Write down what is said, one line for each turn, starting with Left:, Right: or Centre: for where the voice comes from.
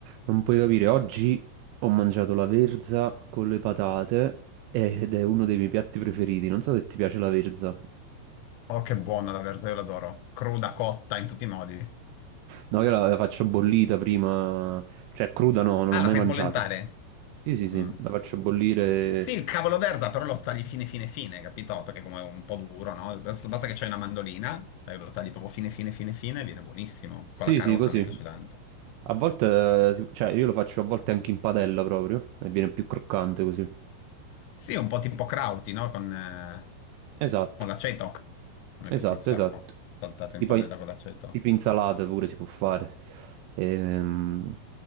Right: Non puoi capire, oggi ho mangiato la verza con le patate ed è uno dei miei piatti preferiti. Non so se ti piace la verza.
Left: Oh, che buona la verza, io l'adoro. Cruda, cotta, in tutti i modi.
Right: No, io la, la faccio bollita prima, cioè cruda no, non
Left: Ah,
Right: l'ho mai
Left: la fai
Right: mangiata.
Left: sbollentare?
Right: Sì, sì, sì,
Left: Mm.
Right: la faccio bollire.
Left: Sì, il cavolo verza, però lo tagli fine, fine, fine, capito? Perché come è un po' duro, no? Basta, basta che c'hai una mandolina, eh, lo tagli proprio fine, fine, fine, fine, e viene buonissimo.
Right: Sì,
Left: Con la carota
Right: sì, così.
Left: mi piace tanto.
Right: A volte, eh, si- cioè io lo faccio a volte anche in padella proprio e viene più croccante così.
Left: Sì, un po' tipo crauti, no? Con, eh,
Right: Esatto.
Left: con l'aceto. A me
Right: Esatto,
Left: piace un sacco.
Right: esatto.
Left: Saltato
Right: Tipo,
Left: in padella con l'aceto.
Right: tipo insalata pure si può fare. Ehm,